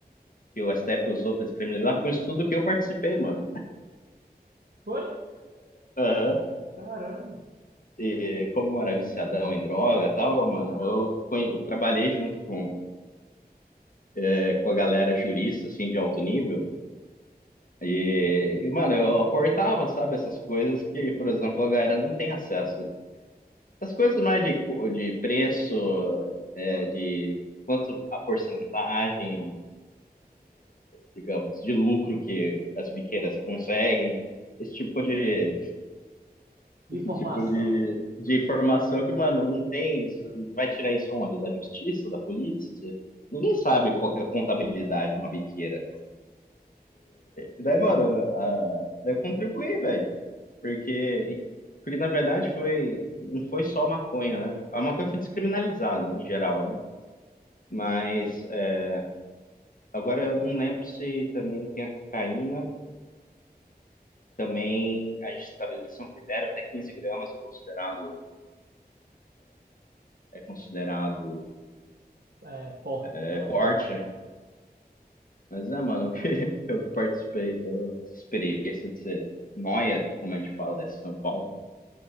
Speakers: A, on the left; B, on the right.
A: que o STF usou para descriminalizar, foi um estudo que eu participei, mano.
B: Foi?
A: Aham.
B: Caramba!
A: E como eu era viciadão em droga e tal, mano, eu conhe- trabalhei junto com, é, com a galera jurista, assim, de alto nível. E, e, mano, eu aportava, sabe, essas coisas que, por exemplo, a galera não tem acesso. Essas coisas mais de, co- de preço, é, de quanto a porcentagem, digamos, de lucro que as biqueiras conseguem, esse tipo de,
B: De
A: esse
B: informação.
A: tipo de, de informação que, mano, não tem. você Vai tirar isso onde? Da justiça, da polícia? Ninguém sabe qual que é a contabilidade de uma biqueira. Daí, mano, a, daí eu contribuí, velho. Porque, porque, na verdade, foi, não foi só a maconha, né? A maconha foi descriminalizada, né, em geral, né? Mas é, agora eu não lembro se também tem a cocaína. Também a gente estabeleceu um critério, até 15 gramas é considerado, é considerado
B: é, porte,
A: é,
B: né? Só
A: porte.
B: porte.
A: né? Mas é, mano, eu que, <laughs> eu que participei, então, essa experiência de ser noia, como a gente fala em São Paulo,